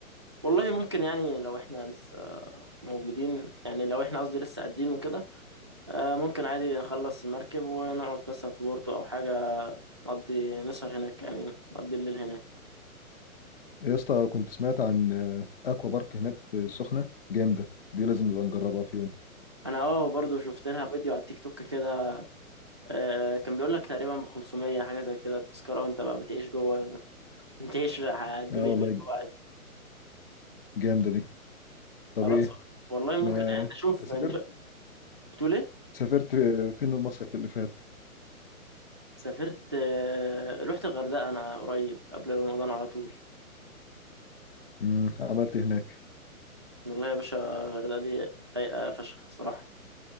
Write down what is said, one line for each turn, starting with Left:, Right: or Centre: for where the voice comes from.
Right: والله ممكن يعني لو احنا لسه موجودين يعني لو احنا قصدي لسه قادرين وكده آه، ممكن عادي نخلص المركب ونقعد مثلا في بورتو او حاجة نقضي نسهر هناك يعني نقضي الليل هناك
Left: يا اسطى كنت سمعت عن آه، اكوا بارك هناك في السخنة جامدة دي لازم نبقى نجربها في يوم
Right: انا اه برضو شفت لها فيديو على التيك توك كده آه، كان بيقول لك تقريبا ب 500 حاجة زي كده التذكرة وانت بقى بتعيش جوه بتعيش على الدنيا
Left: اه والله
Right: اللي جوه عادي
Left: جامدة دي طب
Right: خلاص
Left: ايه
Right: والله ممكن
Left: ما
Right: يعني اشوف
Left: انت سافرت
Right: يعني شوف- بتقول ايه
Left: سافرت آه، فين المصيف اللي فات
Right: سافرت آه، رحت الغردقة انا قريب قبل رمضان على طول
Left: مم. عملت إيه هناك
Right: والله يا باشا الغردقة دي رايقة فشخ صراحة